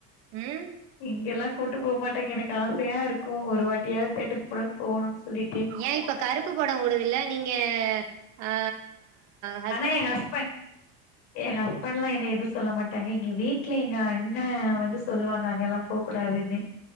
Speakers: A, on the right (about 60°); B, on the left (about 80°).
A: ம்
B: இங்கெல்லாம் கூட்டு போமாட்டாங்க எனக்கு ஆசையா இருக்கு ஒரு வாட்டியாவது தேட்டருக்கு போலா போணுன்னு சொல்லிட்டு
A: ஏ இப்ப கருப்பு படம் ஓடுதுல்ல நீங்க ஆ ஹஸ்
B: நா எ ஹஸ்பண் எ ஹஸ்பண்லா என்ன எது சொல்ல மாட்டாங்க எங்க வீட்டுல எங்க அண்ண வந்து சொல்லுவாங்க அங்கல்லாம் போகூடாதுன்னு